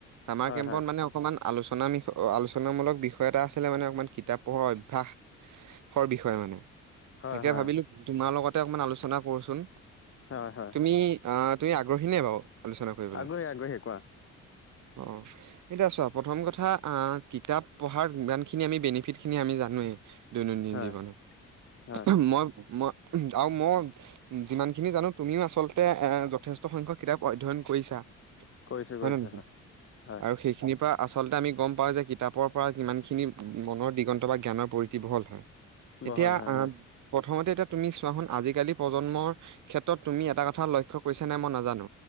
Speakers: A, on the right; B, on the left.
A: চামাৰ
B: হয়
A: কেম্পত
B: হয়
A: মানে অকমান আলোচনা বিয় আলোচনামূক বিষয় এটা আছিলে মানে অকণমান কিতাপ পঢ়াৰ অভ্যাস। হৰ বিষয় মানে
B: হয়
A: তাকে
B: হয়
A: ভাবিলো তোমাৰ লগতে অকনমান আলোচনা কৰোচোন।
B: হয় হয়
A: তুমি আহ তুমি আগ্ৰহী নে বাৰু? আলোচনা কৰিবলৈ?
B: আগ্ৰহী আগ্ৰহী কোৱা।
A: অ' এতিয়া চোৱা প্ৰথম কথা আহ কিতাপ পঢ়াৰ ইমান স খিনি আমি বেনিফিট খিনি আমি জানোৱেই, দৈনন্দিন
B: হয়
A: জীৱনত।
B: হয়
A: মই মই আৰু মই যিমান খিনি জানো তুমিও আচলতে এ যথেষ্ট সংখ্যক কিতাপ অধ্যয়ন কৰিছা।
B: কৰিছোঁ
A: হয়
B: কৰিছোঁ
A: নে নহয়?
B: হয়
A: আৰু সেইখিনিৰ পৰা আচলতে আমি গম পাওঁ যে কিতাপৰ পৰা কিমানখিনি মনৰ দিগন্ত বা জ্ঞানৰ প্ৰতিভ হয়
B: বহল
A: এতিয়া
B: হয়
A: আহ
B: উম।
A: প্ৰথমতে এতিয়া তুমি চোৱা শুন আজিকালি প্ৰজন্মৰ ক্ষেত্ৰত তুমি এটা কথা লক্ষ্য কৰিছা নে মই নাজানো।